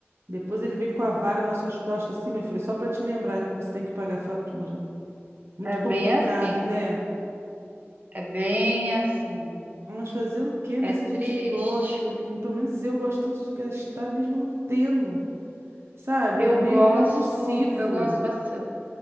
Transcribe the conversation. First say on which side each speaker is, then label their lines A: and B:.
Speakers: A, on the right; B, on the right.
A: depois ele vem com a vara nas suas costas, assim, minha filha, só para te lembrar que você tem que pagar a fatura. Muito
B: É
A: complicado,
B: bem assim.
A: né?
B: É bem assim.
A: Mas fazer o quê, né?
B: É
A: Se a gente
B: triste.
A: gosta, menino, pelo menos eu gosto tanto de gastar, mesmo não tendo, sabe?
B: Eu
A: É meio
B: gosto,
A: compulsivo.
B: eu gosto bastante.